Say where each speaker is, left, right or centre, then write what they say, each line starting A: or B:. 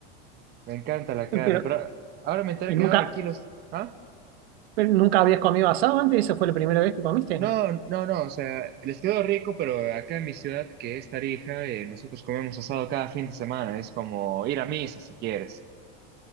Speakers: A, on the right (about 30°); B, on the right (about 70°).
A: me encanta la carne,
B: Pero,
A: pero ahora me enteré
B: ¿y nunca,
A: que ahora el kilo es, ¿ah?
B: pero nunca habías comido asado antes? ¿Esa fue la primera vez que comiste?
A: No, no, no, o sea, les quedó rico, pero acá en mi ciudad, que es Tarija, eh, nosotros comemos asado cada fin de semana, es como ir a misa si quieres.